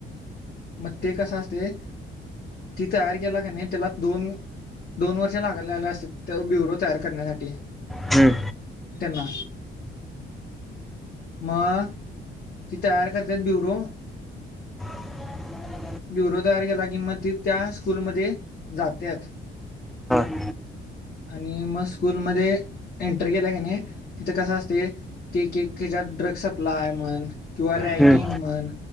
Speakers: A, on the left; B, in the centre.
A: मग ते कस असतय. ति तयार केला का नाई त्याला दोन दोन वर्ष लागालेले असतेत ब्युरो तयार करण्यासाठी
B: हं,
A: त्यांना मग ती तयार करतेत ब्युरो
B: <inaudible>
A: ब्युरो तयार केला कि मग ते त्या स्कूलमध्ये जातेत.
B: ह.
A: आणि मग स्कूलमध्येध्ये एंटर केला गने तिथे कस असते तेच्यात ड्रग सप्लाय म्हण किंवा रॅगिंग
B: हं,
A: म्हण.